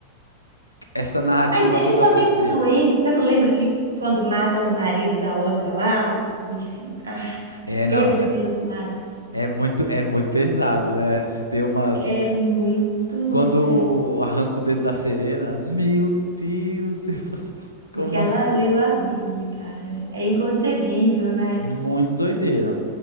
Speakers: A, on the left; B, on the right.
A: Essa narrativa
B: Mas eles
A: toda
B: também
A: fosse criada.
B: são doentes. Você não lembra que quando matam o marido da outra lá? Enfim, ah,
A: É, não,
B: eles
A: é,
B: mesmos matam.
A: é muito, é muito pesado, né? Se tem umas.
B: É muito.
A: Quando
B: é,
A: arranca o dedo da Serena, meu Deus, <laughs> você faz... como
B: porque ela
A: assim?
B: leu a Bíblia, cara. É inconcebível, né?
A: Muito doideira.